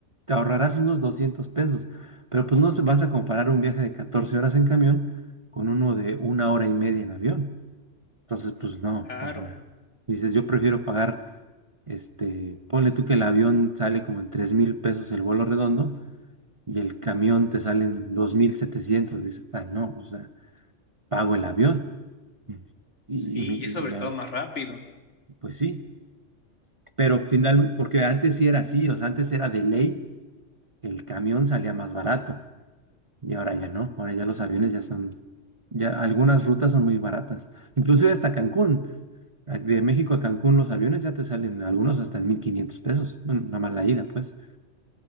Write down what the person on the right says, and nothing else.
te ahorrarás unos 200 pesos. Pero pues no se- vas a comparar un viaje de 14 horas en camión con uno de una hora y media en avión. Entonces, pues no,
o sea, dices, yo prefiero pagar, este, ponle tú que el avión sale como en tres mil pesos el vuelo redondo y el camión te sale en dos mil setecientos Dices, ay no, o sea, pago el avión. Mm. Y,
y me, y
me-
pues sí, pero final, porque antes sí era así, o sea, antes era de ley el camión salía más barato y ahora ya no, ahora ya los aviones ya son, ya algunas rutas son muy baratas, inclusive hasta Cancún, a- de México a Cancún los aviones ya te salen algunos hasta en 1500 pesos, bueno, nada más la ida pues.